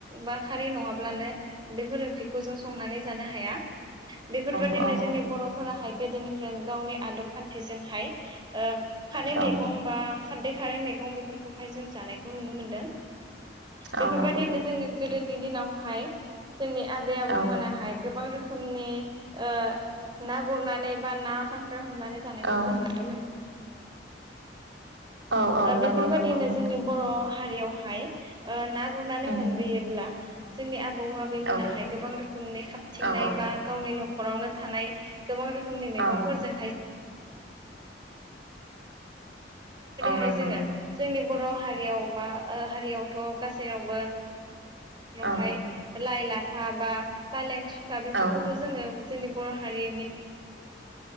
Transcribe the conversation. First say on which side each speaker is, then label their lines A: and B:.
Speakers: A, on the right; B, on the right.
A: बा खारै नङाब्लानो बेफोर ओंख्रिखौ जों संनानै जानो हाया बेफोरबायदिनो
B: औ औ
A: जोंनि बर' फोराहाय गोदोनिफ्रायनो गावनि आदब खान्थिजोंहाय ओ खारै मैगं
B: औ
A: बा खाददै खारै मैगं बेफोरखौहाय जों जानायखौ नुनो मोनदों
B: औ
A: बेफोरबायदिनो
B: नंगौ
A: जोंनि गोदोनि दिनावहाय जोंनि आबै आबौमोनाहाय
B: औ
A: गोबां रो खोमनि ओ ना गुरनानै बा ना खा ख्राय हमनानै जानायखौ
B: औ
A: जों नुनो
B: औ औ
A: ओ
B: नंगौ
A: बेफोरबादिनो
B: नंगौ नोंथां
A: जोंनि बर' हारियावहाय ओ ना गुरनानै
B: उम
A: मोनबोयोब्ला जोंनि आबौ आबैमोनाहाय
B: औ
A: गोबां रोखोमनि खाबथिंनाय
B: औ औ
A: बा गावनि न'खरावनो थानाय गोबां रोखोमनि मैगंफोरजों
B: औ औ
A: हाय
B: नंगौ
A: जों
B: नंगौ
A: जोंनि बर' हारियाव बा थोराव
B: औ
A: हाय लाइ लाफा बा फालें सुखा बेफोरखौथ'
B: औ
A: जोङो जोंनि बर' हारि